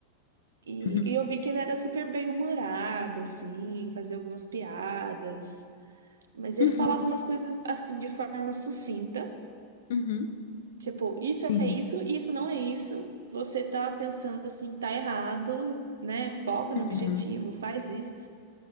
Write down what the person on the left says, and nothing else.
Uhum.
Uhum.
Uhum.
Sim.
Uhum.